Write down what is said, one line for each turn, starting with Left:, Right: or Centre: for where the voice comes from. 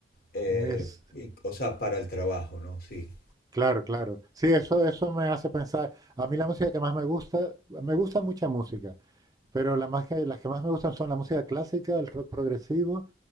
Left: eh,
Right: Es,
Left: y- o sea, para el trabajo, ¿no? Sí,
Right: claro, claro. Sí, eso, eso me hace pensar. A mí la música que más me gusta, me gusta mucha música, Pero la más que- las que más me gustan son la música clásica, el rock progresivo,